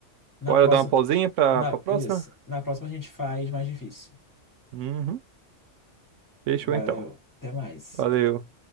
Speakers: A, on the left; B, on the right.
A: Na
B: Bora
A: próxima,
B: dar uma pausinha pra,
A: na,
B: pra próxima?
A: isso, na próxima a gente faz mais difícil.
B: Uhum. Fechou
A: Valeu,
B: então.
A: até mais.
B: Valeu.